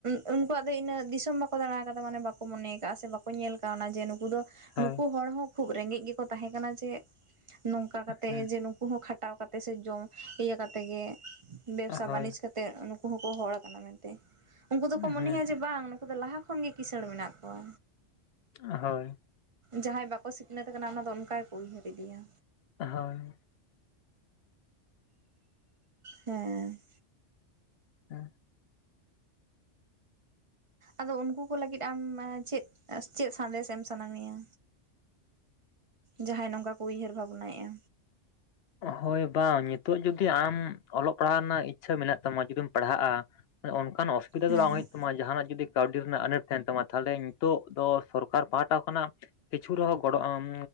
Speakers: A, on the right; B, on the left.
A: ᱩᱱᱠᱩᱣᱟᱜ ᱫᱚ ᱤᱱᱟᱹ ᱫᱤᱥᱚᱢ ᱵᱟᱠᱚ ᱫᱟᱬᱟ ᱟᱠᱟᱫᱟ ᱢᱟᱱᱮ ᱵᱟᱠᱚ ᱢᱚᱱᱮᱭ ᱟᱠᱟᱜᱼᱟ ᱥᱮ ᱵᱟᱠᱚ ᱠᱚ ᱧᱮᱞ ᱠᱟᱣᱱᱟ ᱡᱮ ᱱᱩᱠᱩ ᱫᱚ
B: ᱦᱳᱭ
A: ᱱᱩᱠᱩ ᱦᱚᱲ ᱦᱚᱸ ᱠᱷᱩᱵᱽ ᱨᱮᱸᱜᱮᱡ ᱜᱮᱠᱚ ᱛᱟᱦᱮᱸ ᱠᱟᱱᱟ ᱡᱮ ᱱᱚᱝᱠᱟ ᱠᱟᱛᱮᱜ
B: ᱦᱩᱸ
A: ᱡᱮ ᱱᱩᱠᱩ ᱦᱚᱸ ᱠᱷᱟᱴᱟᱣ ᱠᱟᱛᱮᱜ ᱥᱮ ᱡᱚᱢ ᱤᱭᱟᱹ ᱠᱟᱛᱮ ᱜᱮ, ᱵᱮᱵᱽᱥᱟ
B: ᱦᱳᱭ
A: ᱵᱟᱹᱱᱤᱡᱽ ᱠᱟᱛᱮᱜ ᱱᱩᱠᱩ ᱦᱚᱸᱠᱚ ᱦᱚᱲ ᱠᱟᱱᱟ ᱢᱮᱱᱛᱮ ᱩᱱᱠᱩ ᱫᱚᱠᱚ
B: ᱦᱩᱸ
A: ᱢᱚᱱᱮᱭᱟ ᱡᱮ ᱵᱟᱝ ᱩᱱᱠᱩ ᱫᱚ ᱞᱟᱦᱟ ᱠᱷᱚᱱ ᱜᱮ ᱠᱤᱥᱟᱹᱬ ᱢᱮᱱᱟᱜ ᱠᱚᱣᱟ
B: <inaudible> ᱦᱳᱭ
A: ᱡᱟᱦᱟᱸᱭ ᱵᱟᱠᱚ ᱥᱤᱠᱷᱱᱟᱹᱛ ᱟᱠᱟᱱᱟ ᱚᱱᱟ ᱫᱚ ᱚᱱᱠᱟ ᱜᱮ ᱠᱚ ᱩᱭᱦᱟᱹᱨ ᱤᱫᱤᱭᱟ
B: ᱦᱳᱭ
A: ᱦᱮᱸ
B: ᱦᱮᱸ <inaudible>
A: ᱟᱫᱚ ᱩᱱᱠᱩ ᱠᱚ ᱞᱟᱹᱜᱤᱫ ᱟᱢ ᱪᱮᱫ ᱪᱮᱫ ᱥᱟᱸᱫᱮᱥ ᱮᱢ ᱥᱟᱱᱟ ᱢᱮᱭᱟ, ᱡᱟᱦᱟᱸᱭ ᱱᱚᱝᱠᱟ ᱠᱚ ᱩᱭᱦᱟᱹᱨ ᱵᱷᱟᱵᱽᱱᱟᱭᱮᱜ-ᱟ
B: ᱦᱳᱭ ᱵᱟᱝ ᱱᱤᱛᱚᱜ ᱡᱩᱫᱤ ᱟᱢ ᱚᱞᱚᱜ ᱯᱟᱲᱦᱟᱣ ᱨᱮᱱᱟᱜ ᱤᱪᱪᱷᱟᱹ ᱢᱮᱱᱟᱜ ᱛᱟᱢᱟ ᱡᱩᱫᱤᱢ ᱯᱟᱲᱦᱟᱜ-ᱟ ᱚᱱᱠᱟᱱ ᱚᱥᱩᱵᱤᱫᱷᱟ
A: ᱦᱮᱸ
B: ᱫᱚ ᱵᱟᱝ ᱦᱩᱭᱩᱜ ᱛᱟᱢᱟ ᱡᱟᱦᱟᱱᱟᱜ ᱡᱩᱫᱤ ᱠᱟᱹᱣᱰᱤ ᱨᱮᱱᱟᱜ ᱟᱱᱟᱴ ᱛᱟᱦᱮᱱ ᱛᱟᱢᱟ ᱛᱟᱦᱚᱞᱮ ᱱᱤᱛᱚᱜ ᱫᱚ ᱥᱚᱨᱠᱟᱨ ᱯᱟᱦᱟᱴᱟ ᱠᱷᱚᱱᱟᱜ ᱠᱤᱪᱷᱩ ᱨᱮᱦᱚᱸ ᱜᱚᱲ ᱟᱢ